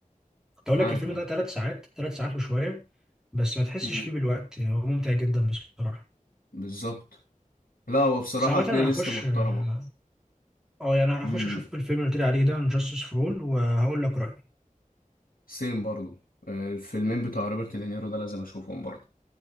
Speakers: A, in the centre; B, on the left.
A: كنت أقول
B: معاك
A: لك الفيلم
B: معاك
A: ده ثلاث ساعات ثلاث ساعات وشوية بس ما تحسش
B: امم
A: فيه بالوقت هو ممتع جدا بصراحة
B: بالظبط لا هو بصراحة
A: بس عامة
B: بلاي
A: أنا
B: ليست
A: هخش
B: محترمة
A: اه آه، يعني هخش
B: امم
A: أشوف الفيلم اللي قلت لي عليه ده Justice for All وهقول لك رأيي
B: سيم برضو آه، الفيلمين بتوع روبرت دينيرو ده لازم اشوفهم برضو